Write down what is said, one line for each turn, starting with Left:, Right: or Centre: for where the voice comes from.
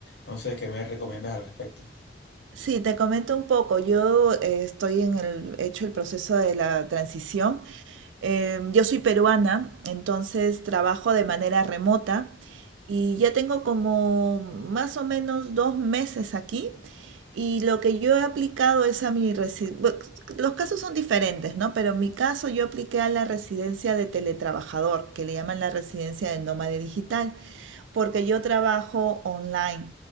Left: No sé qué me recomiendas al respecto.
Right: Sí, te comento un poco. Yo eh, estoy en el, he hecho el proceso de la transición. Eh, yo soy peruana, entonces trabajo de manera remota y ya tengo como más o menos dos meses aquí. Y lo que yo he aplicado es a mi residencia. Los casos son diferentes, ¿no? Pero en mi caso yo apliqué a la residencia de teletrabajador, que le llaman la residencia de nómade digital, porque yo trabajo online.